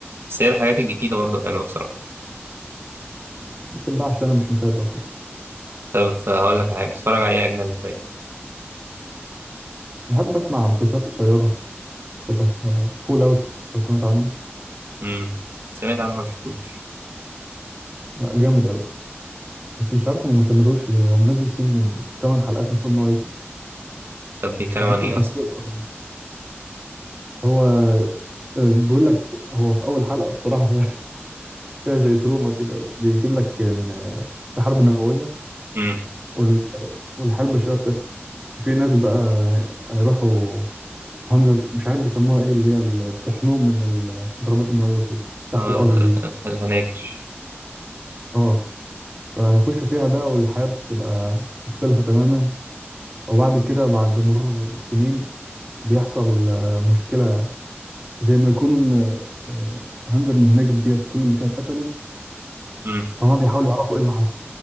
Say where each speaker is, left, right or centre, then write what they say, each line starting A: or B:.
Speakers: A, on the right (about 65°); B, on the right (about 25°).
A: بس هي الحاجات الجديده برضه حلوه بصراحه
B: ممكن بقى عشان انا مش متابع وكده
A: طب هقول لك حاجه بتتفرج على ايه اجنبي طيب
B: بحب اسمع مسلسلات قصيره شبه فول اوت لو سمعت عنه
A: امم سمعت عنه ما شفتوش
B: آه، جامد قوي بس مش عارف هو ما كملوش ليه هو منزل سيزون 8 حلقات المفروض ان هو يكمل
A: طب بيتكلم
B: او ممكن
A: عن ايه
B: يكون
A: اصلا
B: خلص أصلاً. هو آه، بيقول لك هو في اول حلقه الصراحه فيها, <laughs> فيها زي تروما كده بيجيب لك ان آه، في حرب نوويه
A: امم
B: وال- والحياة البشرية بتخلص بس في ناس بقى هيروحوا هانجر مش عارف بيسموها ايه اللي هي اللي بتحميهم من الضربات النووية وكده تحت
A: اه
B: الأرض
A: ال-
B: دي
A: ال- الهناجر
B: اه فهيخشوا فيها بقى والحياة بتبقى مختلفة تماما وبعد كده بعد مرور سنين بيحصل آه، مشكلة زي ما يكون آه، آه، هانجر من هناجر ديت كل اللي فيها اتقتلوا
A: امم
B: هما بيحاولوا يعرفوا ايه اللي حصل